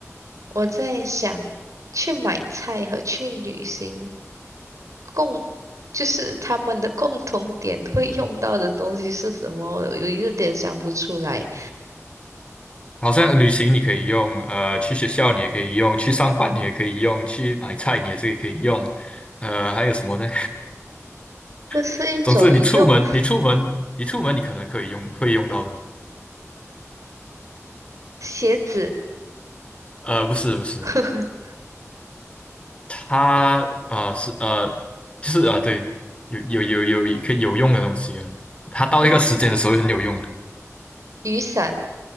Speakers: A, on the right; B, on the left.
A: 我在想去买菜和去旅行共，就是他们的 <laughs> 共同点会用到的东西是什么？我有一点想不出来。
B: 好像旅行你可以用，呃，去学校你也可以用，去上班你也可以用，去买菜你也是可以用，呃，还有什么呢？
A: 这是一种用
B: <laughs> 总之你出门，你出门，你出门你可能可以用，会用到的。
A: <laughs> 鞋子，
B: 呃，不是不是，
A: <laughs>
B: 它呃是呃就是呃对，有有有有可以有用的东西啊，它到一个时间的时候会很有用的。
A: 用雨伞。